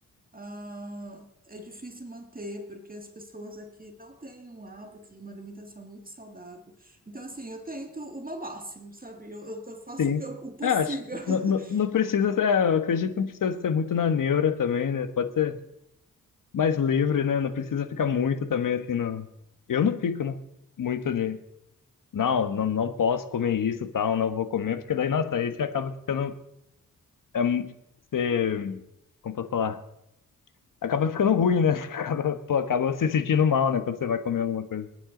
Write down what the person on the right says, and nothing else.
ah, é difícil manter, porque as pessoas aqui não têm um hábito de uma alimentação muito saudável. Então, assim, eu tento o meu máximo, sabe? Eu, eu tô- faço
o que eu- o possível.
<laughs>